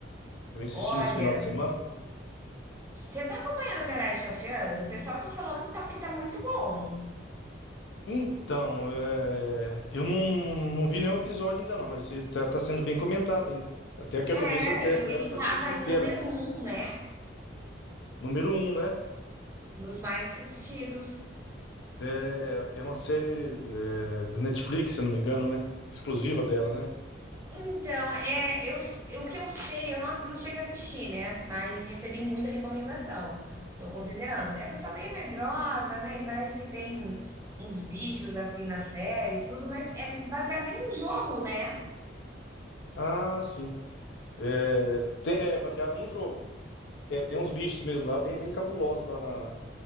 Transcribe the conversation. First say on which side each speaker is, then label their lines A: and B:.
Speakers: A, on the left; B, on the right.
A: pra eu assistir
B: Olha,
A: nesse final de semana?
B: você tá acompanhando The Last of Us? O pessoal tá falando tá- que tá muito bom.
A: Então, é, eu não, não vi nenhum episódio ainda não, mas você tá, tá sendo bem comentado ainda. Até quero
B: É,
A: ver se eu pego
B: eu vi
A: ela
B: que
A: pra
B: tava
A: assistir inteira.
B: em número um, né?
A: Número um, né?
B: Nos mais assistidos.
A: É, é uma série é, do Netflix, se eu não me engano, né? Exclusiva dela, né?
B: Então, é, eu, eu- o que eu sei, eu não, não cheguei a assistir, né? Mas recebi muita recomendação. Tô considerando. É que eu sou meio medrosa, né? E parece que tem uns bichos assim na série e tudo, mas é baseado em um jogo, né?
A: Ah, sim. É, tem- é baseado num jogo. É, tem uns bichos mesmo lá, bem, bem cabulosos lá na,